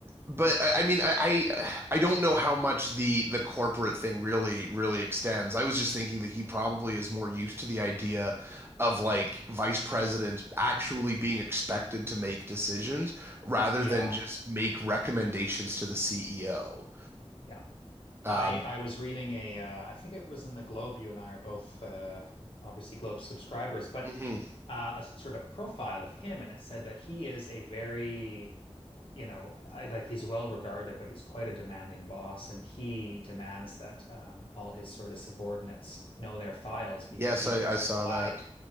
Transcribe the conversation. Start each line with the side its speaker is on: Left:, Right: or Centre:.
Right: but I, I mean I, I I don't know how much the the corporate thing really really extends. I was just thinking that he probably is more used to the idea of like vice presidents actually being expected to make decisions rather
Left: yeah,
Right: than just make recommendations to the CEO.
Left: yeah.
Right: Um,
Left: I I was reading a, uh, I think it was in the Globe. You and I are both uh, obviously Globe subscribers, but
Right: mhm.
Left: uh, a sort of profile of him, and it said that he is a very, you know, like, like he's well regarded, but he's quite a demanding boss, and he demands that um, all his sort of subordinates know their files because
Right: Yes,
Left: he
Right: I,
Left: does
Right: I saw
Left: rely
Right: that.